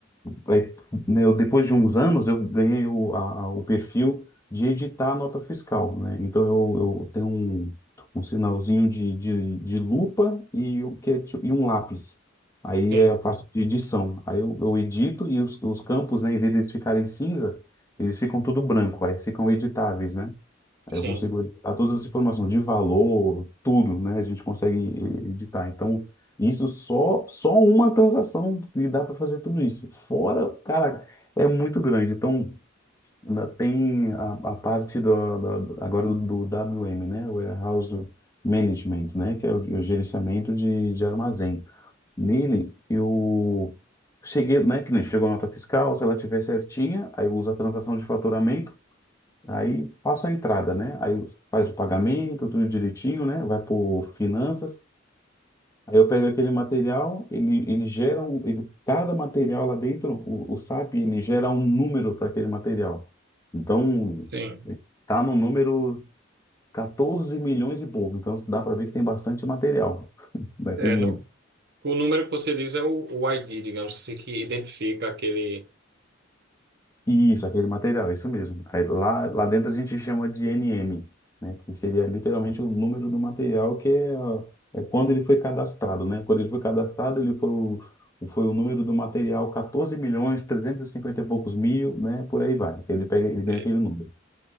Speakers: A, on the left; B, on the right.
A: aí, né, eu- depois de uns anos, eu ganhei o, a- a- o perfil de editar a nota fiscal, né? Então, eu, eu tenho um, um sinalzinho de, de, de lupa e, um- que é ti- e um lápis. Aí
B: Sim,
A: é a parte de edição. Aí eu, eu edito e os, os campos, né, em vez deles ficarem cinza, eles ficam tudo branco, aí ficam editáveis, né? Aí
B: sim,
A: eu consigo editar todas as informações de valor, tudo, né? A gente consegue editar. Então, isso só só uma transação que dá para fazer tudo isso. Fora, cara, é muito grande. Então, ainda tem a, a parte do, do- agora do, do WM, né? Warehouse Management, né? Que é o, o gerenciamento de, de armazém. Nele, eu cheguei, né? Que nem chegou a nota fiscal, se ela tiver certinha, aí eu uso a transação de faturamento Aí faço a entrada, né? Aí faz o pagamento, tudo direitinho, né? Vai por finanças. Aí eu pego aquele material, ele, ele gera um, ele, cada material lá dentro, o, o SAP, ele gera um número para aquele material. Então,
B: sim.
A: tá no número 14 milhões e pouco. Então, dá para ver que tem bastante material, <laughs> né?
B: É
A: Tem muito
B: no, o número que você diz é o, o ID, digamos assim, que identifica aquele
A: Isso, aquele material, isso mesmo. Aí, lá, lá dentro a gente chama de NM, né? Que seria literalmente o número do material que é, ó, é quando ele foi cadastrado, né? Quando ele foi cadastrado, ele foi o, foi o número do material 14 milhões, 350 e cinquenta e poucos mil, né? Por aí vai. Ele pega, ele ganha
B: é,
A: aquele número.